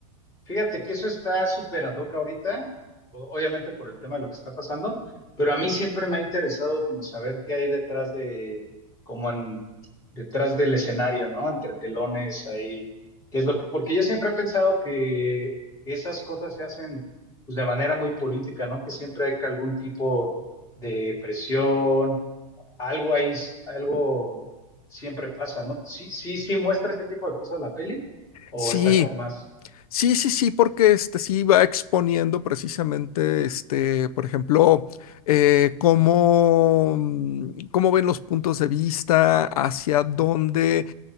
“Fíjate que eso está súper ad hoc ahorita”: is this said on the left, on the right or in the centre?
Left